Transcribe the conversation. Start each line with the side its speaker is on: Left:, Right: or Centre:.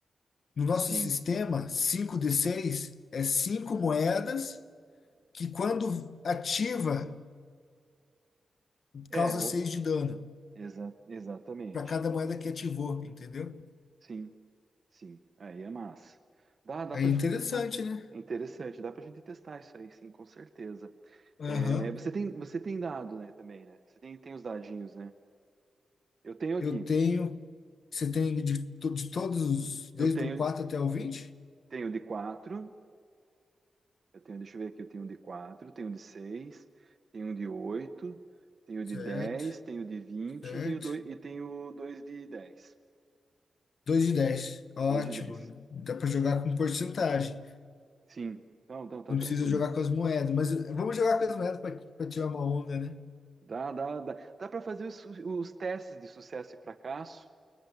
Left: No nosso
Right: sim.
Left: sistema, 5 d 6 é 5 moedas que quando ativa,
Right: É,
Left: causa
Right: o-
Left: 6 de dano,
Right: exa- exatamente.
Left: para cada moeda que ativou, entendeu?
Right: Sim, sim. Aí é massa. Dá, dá
Left: É
Right: pra
Left: interessante,
Right: gente testar.
Left: né?
Right: É interessante, dá pra gente testar isso aí, sim, com certeza.
Left: Aham.
Right: É, você tem, você tem dado, né, também, né? Você tem, tem os dadinhos, né? Eu tenho aqui.
Left: Eu tenho. Você tem de, to- de todos, os- desde
Right: Eu tenho,
Left: o 4 até o vinte,
Right: tenho de quatro eu tenho, deixa eu ver aqui, eu tenho um de quatro tenho um de seis tenho um de oito tenho
Left: Certo,
Right: de dez tenho de vinte
Left: certo.
Right: tenho dois, e tenho dois de dez
Left: 2 de 10. Ótimo.
Right: Dois de dez
Left: Dá para jogar com porcentagem.
Right: Sim. Então, então tá
Left: Não
Right: tranquilo.
Left: precisa jogar com as moedas. Mas eh, vamos jogar com as moedas para tirar uma onda, né?
Right: Dá, dá, dá. Dá para fazer os, os testes de sucesso e fracasso